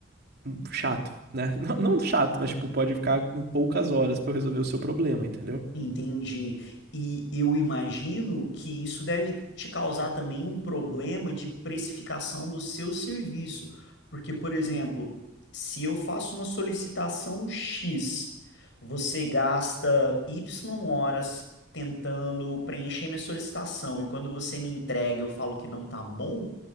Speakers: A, on the right; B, on the left.
A: hum, chato, né? <laughs> Não, não chato, mas tipo, pode ficar com poucas horas pra eu resolver o seu problema, entendeu?
B: Entendi. E eu imagino que isso deve te causar também um problema de precificação do seu serviço. Porque, por exemplo, se eu faço uma solicitação X, você gasta Y horas tentando preencher minha solicitação, e quando você me entrega, eu falo que não tá bom,